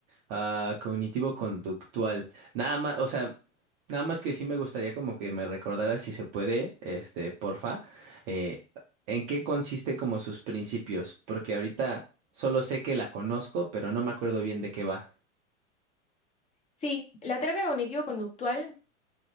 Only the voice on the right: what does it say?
Ah, cognitivo-conductual. Nada más, o sea, nada más que sí me gustaría como que me recordara si se puede, este, porfa, eh, en qué consiste como sus principios, porque ahorita solo sé que la conozco, pero no me acuerdo bien de qué va.